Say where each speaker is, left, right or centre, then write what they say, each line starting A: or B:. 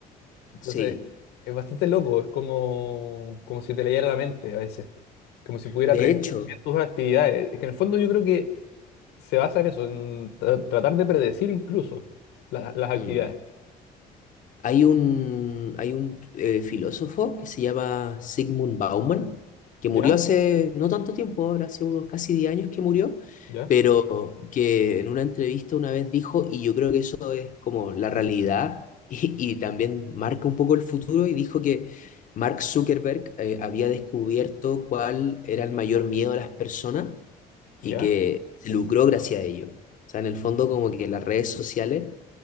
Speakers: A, on the left; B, on the left.
A: Entonces,
B: sí,
A: es bastante loco, es como, como si te leyera la mente a veces, como si pudiera
B: de
A: predecir
B: hecho,
A: muy bien tus actividades. Es que en el fondo yo creo que se basa en eso, en tra- tratar de predecir incluso la- las actividades.
B: mm, Hay un, hay un eh, filósofo que se llama Sigmund Bauman, que
A: ¿Ya?
B: murió hace no tanto tiempo, ahora hace unos casi 10 años que murió,
A: ¿Ya?
B: pero que en una entrevista una vez dijo, y yo creo que eso es como la realidad <laughs> y, y también marca un poco el futuro, y dijo que Mark Zuckerberg eh, había descubierto cuál era el mayor miedo de las personas y
A: ¿Ya?
B: que se lucró gracias a ello. O sea, en el fondo como que las redes sociales